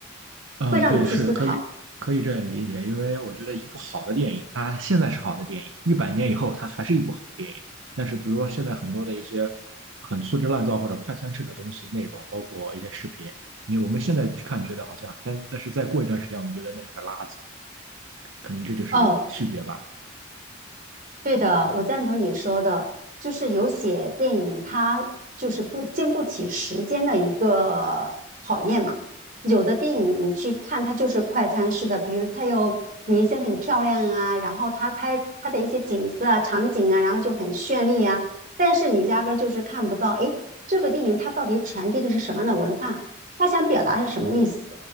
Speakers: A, on the right (about 75°); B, on the right (about 40°).
A: 嗯，
B: 会让你去思考。
A: 对，是的，可以可以这样理解，因为我觉得一部好的电影，它现在是好的电影，一百年以后它还是一部好的电影。但是，比如说现在很多的一些很粗制滥造或者快餐式的东西内容，包括一些视频，你我们现在去看觉得好像，但但是再过一段时间，我们觉得那是个垃圾，可能这就是区别吧。
B: 哦，对的，我赞同你说的，就是有些电影它就是不经不起时间的一个考验嘛。有的电影你去看，它就是快餐式的，比如它有明星很漂亮啊，然后它拍它的一些景色啊、场景啊，然后就很绚丽啊，但是你压根儿就是看不到，诶，这个电影它到底传递的是什么样的文化？它想表达是什么意思？